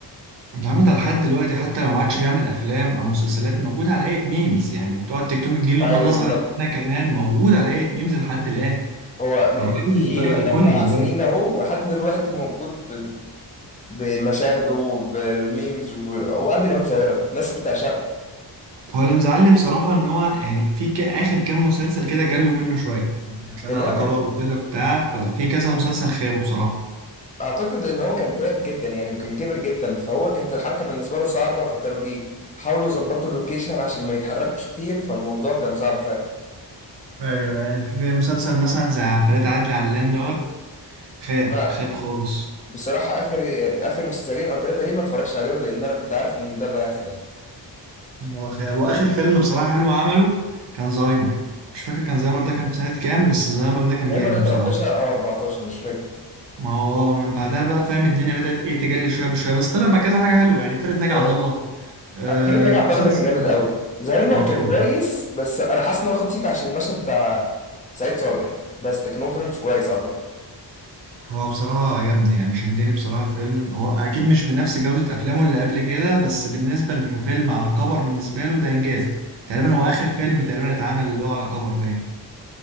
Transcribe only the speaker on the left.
ايوه
بالظبط
هو مختفي
من
اربع
سنين اهو ولحد دلوقتي موجود ب- بمشاهده وبالميمز وب- وعادل امام ظاهره الناس بتعشقه
لان
هو
كان
اعتقد لان هو كان تعب جدا يعني وكان كبر جدا فهو كانت الحركه بالنسبه له صعبه فكانوا بيحاولوا يظبطوا اللوكيشن عشان ما يتحركش كتير فالموضوع كان صعب فعلا
انا
بصراحه اخر اخر مسلسلين او ثلاثه ليه ما اتفرجش عليهم لان انا كنت عارف ان ده اللي هيحصل يعني
زهايمر
ده
13 او 14 مش فاكر
او
فريد رجع
عطله ده كان جامد قوي زهايمر
كان كويس بس انا حاسس ان هو خد سيت عشان المشهد بتاع سعيد صالح بس لكن هو فيلم مش كويس اعتقد
مم.